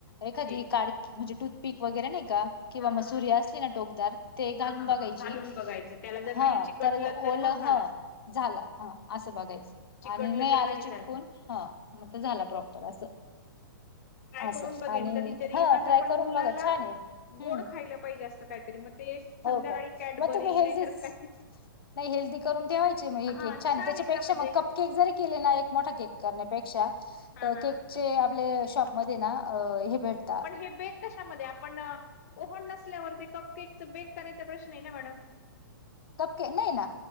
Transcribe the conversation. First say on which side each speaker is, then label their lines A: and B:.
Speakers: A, on the left; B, on the left.
A: एखादी
B: चेक
A: कडकी म्हणजे टूथ पीक वगैरे नाही का. किंवा
B: हा
A: मग
B: हा
A: सूरी
B: हा
A: असली ना टोकदार ते घालून
B: हा हा
A: बघायची
B: हा घालून बघायचं त्याला जर
A: हा
B: नाही चिकटलं
A: तर ओलं
B: मग झाला.
A: हा. झाला हा असं बघायचं
B: हम्म. चिकटलं
A: आणि नाही आलं
B: तर
A: चिटकून.
B: झालं.
A: हा मग झाला प्रॉपर असं.
B: काय
A: असं
B: करून बघेन
A: आणि
B: कधीतरी
A: हा
B: माझ्या
A: ट्राय
B: पण
A: करून
B: मुलाला.
A: बघा छान आहे
B: गोड
A: हम्म
B: खायला पाहिजे असं काहीतरी मग ते संध्याकाळी
A: हो का
B: कॅडबरी
A: मग तुम्ही हेल्दीच
B: नाहीतर काय
A: नाही हेल्दी करून ठेवायची मग हे
B: हा
A: केक छान आहे त्याच्यापेक्षा
B: ना म्हणजे
A: मग कप केक जरी केले ना एक मोठा केक करण्यापेक्षा
B: हा
A: केकचे
B: हा
A: आपले शॉप मध्ये ना हे भेट
B: पण हे बेक कशामध्ये आपण ओहन नसल्यावरती कपकेक च बेक करायचा प्रश्न आहे ना मॅडम.
A: कपकेक नाही ना